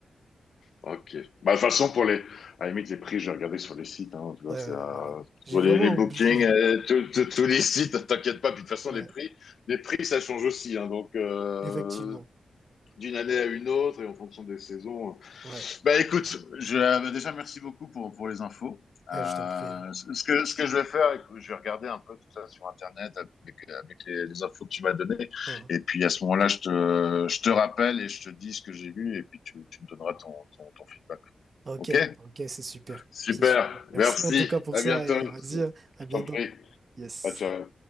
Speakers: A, on the left; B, on the right.
A: Ok. Bah, de toute façon, pour les, à la limite, les prix, je vais regarder sur les sites, hein, tu vois,
B: Ouais, ouais,
A: c'est, euh,
B: voilà. J'ai
A: sur
B: vraiment
A: les, les bookings,
B: oublié.
A: euh, tous tous- tous les sites, <laughs> t'inquiète pas. Puis de toute façon,
B: Ouais,
A: les prix, les prix, ça change aussi, hein, donc, euh,
B: effectivement.
A: d'une année à une autre et en fonction des saisons.
B: Ouais.
A: Bah, écoute, je, euh, déjà, merci beaucoup pour, pour les infos.
B: Ah,
A: Euh,
B: je t'en prie. hein.
A: ce ce que, ce que je vais faire, écoute, je vais regarder un peu tout ça sur Internet avec, avec les, les infos que tu m'as données.
B: Ah,
A: Et puis, à ce moment-là, je te, je te rappelle et je te dis ce que j'ai vu et puis tu, tu me donneras ton, ton, ton feedback.
B: ah, ok,
A: OK?
B: ok, c'est super.
A: Super.
B: C'est super. Merci
A: Merci.
B: en tout cas pour
A: À
B: ça
A: bientôt.
B: et vas-y,
A: Je
B: hein, à bientôt.
A: t'en prie.
B: Yes.
A: Ciao, ciao.